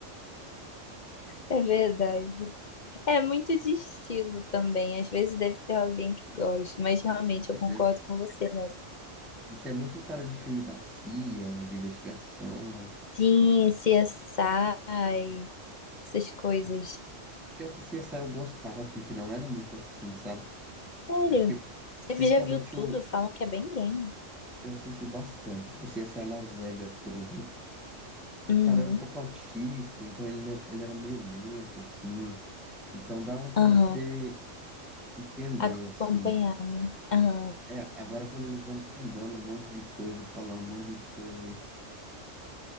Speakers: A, on the left; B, in the centre.
A: é verdade. É muito de estilo também, às vezes deve ter alguém que goste, mas realmente
B: certeza.
A: eu concordo com você nessa.
B: Isso é muito cara de filme da CIA, de investigação.
A: Sim, CSI, essas coisas.
B: Pior que CSI eu gostava, porque não era muito assim, sabe?
A: Sério,
B: É porque,
A: você
B: principalmente,
A: já viu tudo,
B: o,
A: falam que é bem grande.
B: eu assisti bastante. O CSI Las Vegas, por exemplo. O
A: Uhum.
B: cara era um pouco autista, então ele, ele era meio lento, assim. Então dava pra
A: Aham.
B: você entender,
A: Acompanhando.
B: assim.
A: Aham.
B: É, agora quando eles vão pulando um monte de coisa e falando um monte de coisa aí,